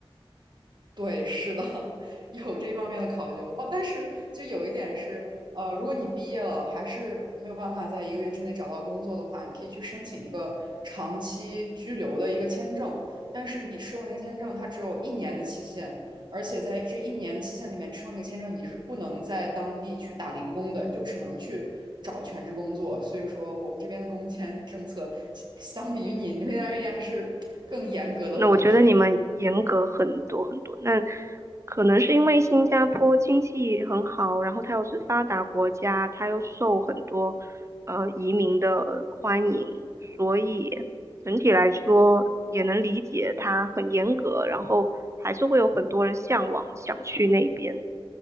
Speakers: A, on the right; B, on the right.
A: 对，是的，<laughs> 有这方面的考究哦。但是就有一点是，呃，如果你毕业了还是没有办法在一个月之内找到工作的话，你可以去申请一个长期居留的一个签证。但是你持有那个签证，它只有一年的期限，而且在这一年期限里面持有那个签证，你是不能在当地去打零工的，你就只能去找全职工作。所以说，我们这边的工签政策相比于你那边而言还是更严格的，
B: 那我觉得你们严格很多很多。
A: 我感觉。
B: 那可能是因为新加坡经济很好，然后它又是发达国家，它又受很多呃移民的欢迎，所以整体来说也能理解它很严格，然后还是会有很多人向往想去那边